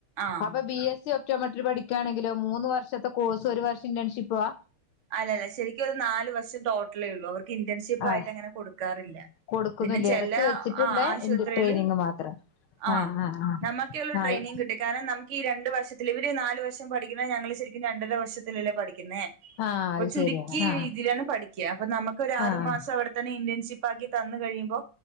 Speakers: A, on the right; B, on the left.
A: ആ
B: അപ്പോ B A C optometry പഠിക്കാണെങ്കിലോ മൂന്ന് വർഷത്തെ കോഴ്സും ഒരു വർഷം ഇന്റേൺഷിപ്പ്വാ
A: അല്ലല്ലാ ശരിക്കും ഒരു നാല് വർഷം ടോട്ടലേ ഉള്ളൂ അവർക്ക് ഇന്റേൺഷിപ്പ്
B: ആഹ്
A: ആയിട്ട് അങ്ങനെ കൊടുക്കാറില്ല.
B: കൊടുക്കുന്നില്ലേ
A: പിന്നെ ചില
B: ഇടക്ക് വെച്ചിട്ടുള്ള
A: ആഹ് ആശുപത്രിയില്
B: ട്രെയിനിങ് മാത്രം
A: ആഹ്
B: ആഹ്
A: നമ്മക്കെയൊള്ളൂ
B: ആഹ് ആഹ്
A: ട്രെയിനിങ് കിട്ട കാരണം നമുക്ക് ഈ രണ്ട് വർഷത്തില് ഇവര് നാല് വർഷം പഠിക്കണ ഞങ്ങള് ശരിക്കും രണ്ടര വർഷത്തിലല്ലേ പഠിക്കുന്നേ
B: ആഹ്
A: അപ്പൊ
B: അത്
A: ചുരുക്കിയ
B: ശരിയാണ് ആഹ്
A: രീതിയിലാണ് പഠിക്കാ അപ്പൊ നമുക്ക് ഒരു ആറു
B: ആഹ്
A: മാസം അവിടെ തന്നെ ഇന്റേൺഷിപ്പ് ആക്കി തന്ന് കഴിയുമ്പോ